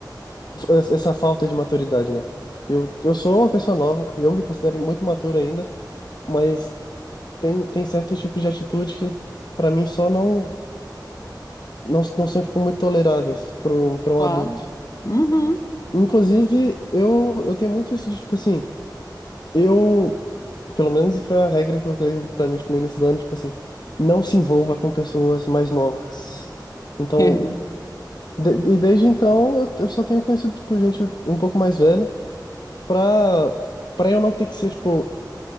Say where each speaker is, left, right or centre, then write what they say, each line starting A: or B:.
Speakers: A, on the left; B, on the left.
A: f- essa falta de maturidade, né? Eu, eu sou uma pessoa nova, eu me considero muito imaturo ainda, mas tem, tem certos tipos de atitude que, para mim, só não, não, não são, tipo, muito toleráveis para um, para
B: Claro.
A: um adulto.
B: Uhum.
A: Inclusive, eu, eu tenho muito isso de, tipo assim, eu Pelo menos foi a regra que eu coloquei pra mim, tipo, no início do ano, tipo assim, não se envolva com pessoas mais novas. Então,
B: <laughs>
A: de- e desde então, eu, eu só tenho conhecido, tipo, gente um pouco mais velha, pra, pra eu não ter que ser, tipo,